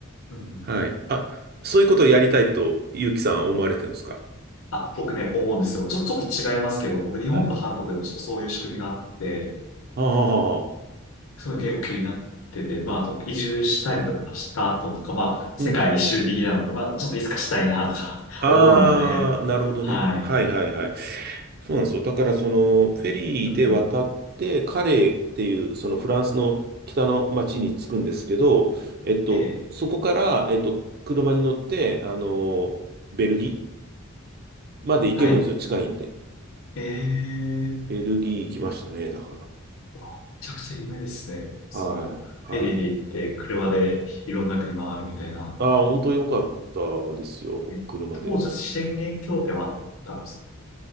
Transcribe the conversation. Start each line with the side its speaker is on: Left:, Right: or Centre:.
Left: うん。
Right: はい。あ、そういうことをやりたいと、ゆうきさん思われてるんですか
Left: あ、僕ね、思うんですよ。ちょ、ちょっと違いますけど、僕日本と韓国でもちょっとそういう仕組みがあって、
Right: はい。はあ、はあはあはあ、
Left: そういうの結構気になってて、まあ、あと移住したりとかした後とか、まあ、世界一周的なの、
Right: うん。
Left: まあ、ちょっといつかしたいなとか <laughs>
Right: ああ、
Left: 思うんで、
Right: なるほどね。
Left: はい。
Right: はいはいはい。そうなんですよ。だから、その、フェリーで渡って、
Left: うん。
Right: カレーっていう、そのフランスの北の町に着くんですけど、えっと、
Left: ええ、
Right: そこから、えっと、車に乗って、あの、ベルギーまで行けるんですよ。
Left: はい。
Right: 近いんで。
Left: ええ、
Right: ベルギー行きましたね、だから。
Left: わめちゃくちゃ夢ですね。
Right: はい。
Left: その、フェリーで行って、
Right: はい。
Left: 車でいろんな国回るみたいな。
Right: ああ、本当良かったですよ、
Left: え、
Right: 車で。
Left: 当時は宣言協定はあったんですか